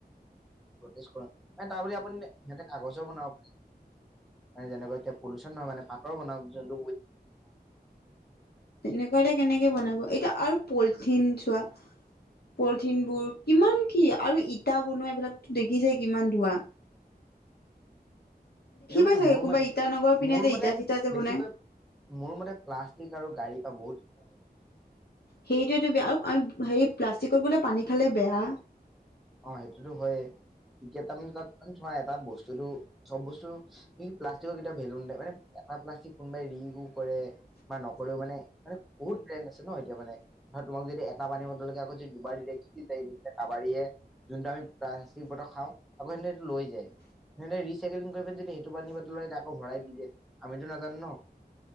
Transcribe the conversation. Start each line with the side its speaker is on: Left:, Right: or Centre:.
Centre: চোৱা বদলি আপুনি কাগজৰ বনাব পাৰিব। কেনেকৈ এতিয়া পলোচন নহয়মানে পাতৰ বনাওক জুনত,
Left: তেনেকুৱা এতিয়া কেনেকে বনাব এতিয়া আৰু পলিথিন চোৱা, পলিথিনবোৰ কিমান কি? কি আৰু ইটা বনোৱা এইবিলাকো দেখিছে কিমান ধুৱা।
Centre: কিন্তু মানে
Left: পাই চাগে
Centre: মোৰ
Left: কোনোবা
Centre: মতে
Left: ইটানগৰৰ পিনে
Centre: মোৰ
Left: যে
Centre: মতে
Left: ইটা চিটা যে
Centre: বেছিকৈ
Left: বনাই
Centre: মোৰ মতে প্লাষ্টিক আৰু গাড়ীৰ পৰা বহুত,
Left: সেইটোয়ো বেয়া আৰু হেৰি প্লাষ্টিকত বোলে পানী খালে বেয়া।
Centre: অ' সেইটোতো হয় এতিয়া তাৰ মানে তাত চোৱা কি তাৰমানে তাতে ধৰা এটা বস্তুতটো চব বস্তু কি প্লাষ্টিকৰ কেতিয়া ভেলু নদায় মানে এটা প্লাষ্টিক কোনোবাই ৰি ৰু কৰে বা নকৰেও মানে মানে বহুত ব্ৰেণ্ ন এতিয়া মানে, তোমাক যদি এটা পানী বদলকে আকৌ যদি দুবাৰ দি দিয়ে কি বিচাৰিব ধৰা কবাৰীয়ে। যোনটো আমি প্লাষ্টিক বতৰ খাওঁ আকৌ সেহনেটো লৈ যায় স ৰিচাইকিং কৰিব পেলাই যদি সেইটো পানী বটল যদি আকৌ ভৰাই দি যে আমিতো নাজানো ন,